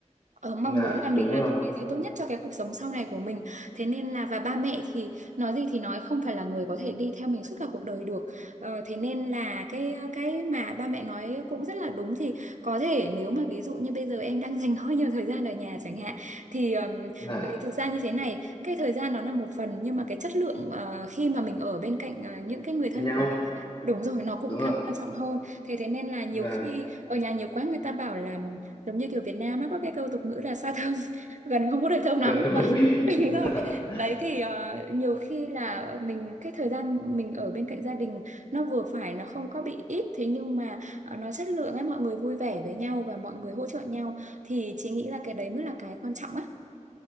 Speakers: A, on the right; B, on the left.
A: Ờ, mong
B: là
A: muốn là mình
B: đúng
A: làm
B: rồi
A: những cái gì tốt nhất cho cái cuộc sống sau này của mình thế nên là và ba mẹ thì nói gì thì nói không phải là người có thể đi theo mình suốt cả cuộc đời được ờ, thế nên là cái cái mà ba mẹ nói cũng rất là đúng thì có thể nếu mà ví dụ như bây giờ em đang <laughs> dành hơi nhiều thời gian ở nhà chẳng hạn thì ừm,
B: là
A: bởi vì thực ra như thế này cái thời gian nó là một phần nhưng mà cái chất lượng ờ, khi mà mình ở bên cạnh ờ, những cái người thân
B: với nhau
A: của mình đúng rồi nó cũng
B: đúng
A: càng
B: rồi
A: quan trọng hơn thế thế nên là nhiều
B: là
A: khi ở nhà nhiều quá người ta bảo là giống như kiểu Việt Nam á có cái câu tục ngữ là xa thơm <laughs> gần không có được thơm lắm
B: gần
A: đúng không
B: gũi
A: <laughs> đúng
B: <laughs>
A: rồi đấy thì ờ, nhiều khi là mình cái thời gian mình ở bên cạnh gia đình nó vừa phải nó không có bị ít thế nhưng mà ờ, nó chất lượng ấy mọi người vui vẻ với nhau và mọi người hỗ trợ nhau thì chị nghĩ là cái đấy mới là cái quan trọng á